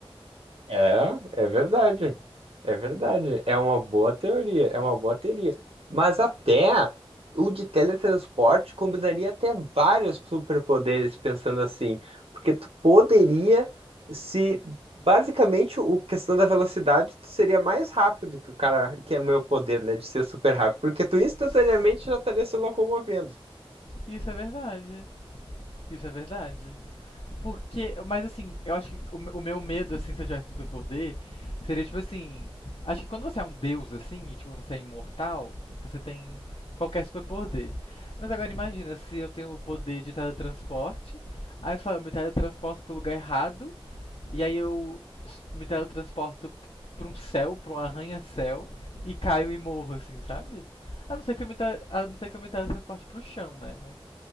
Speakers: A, on the right (about 75°); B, on the left (about 65°).
A: É, é verdade. É verdade, é uma boa teoria, é uma boa teoria. Mas até o de teletransporte combinaria até vários superpoderes, pensando assim, porque tu poderia se basicamente o questão da velocidade, tu seria mais rápido que o cara, que é o meu poder, né, de ser super rápido, porque tu instantaneamente
B: <laughs>
A: já estaria se locomovendo.
B: Isso é verdade. Isso é verdade. Porque, mas assim, eu acho que o me- o meu medo, assim, se eu tivesse um superpoder, seria tipo assim. Acho que quando você é um deus, assim, e tipo, você é imortal, você tem qualquer superpoder. Mas agora imagina se eu tenho o poder de teletransporte, aí só eu me teletransporto pro lugar errado, e aí eu s- me teletransporto p- pra um céu, pra um arranha-céu, e caio e morro, assim, sabe? A não ser que eu me, te- a não ser que eu me teletransporte pro chão, né? Mas.